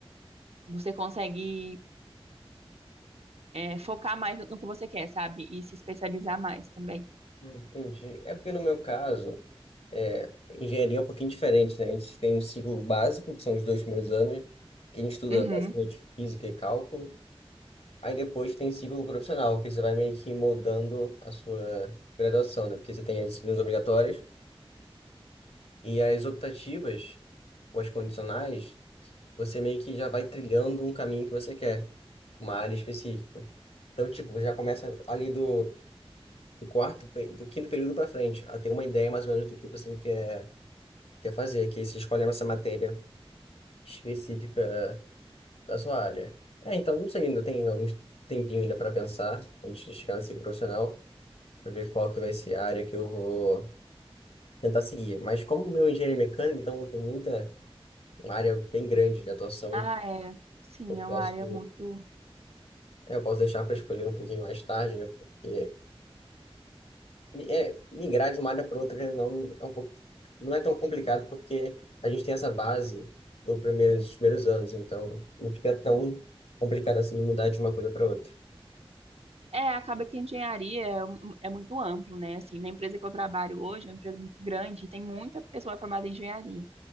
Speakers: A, on the right; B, on the left.
A: Você consegue, é, focar mais no no que você quer, sabe? E se especializar mais também.
B: Entendi. É porque no meu caso. É, engenharia é um pouquinho diferente, né? A gente tem um ciclo básico, que são os dois primeiros anos, que a gente estuda
A: Uhum.
B: basicamente física e cálculo. Aí depois tem ciclo profissional, que você vai meio que moldando a sua graduação, né? Porque você tem as disciplinas obrigatórias e as optativas, ou as condicionais, você meio que já vai trilhando um caminho que você quer, uma área específica. Então, tipo, você já começa ali do, do quarto, pe- do quinto período para frente, a ter uma ideia mais ou menos do que você quer, quer fazer, que aí você escolhe essa matéria específica da sua área. É, então, não sei, ainda tem algum tempinho ainda para pensar antes de chegar nesse profissional, para ver qual que vai ser a área que eu vou tentar seguir. Mas como meu é engenheiro mecânico, então tem muita uma área bem grande de atuação,
A: Ah, é. Sim,
B: eu
A: é
B: posso
A: uma área muito.
B: é, eu posso deixar para escolher um pouquinho mais tarde, né? Porque é, migrar de uma área para outra não é um pouco, não é tão complicado porque a gente tem essa base do primeiro, dos primeiros anos, então não fica tão complicado assim mudar de uma coisa para outra.
A: É, acaba que a engenharia é, um- é muito amplo, né? Assim, na empresa que eu trabalho hoje, é uma empresa muito grande, e tem muita pessoa formada em engenharia,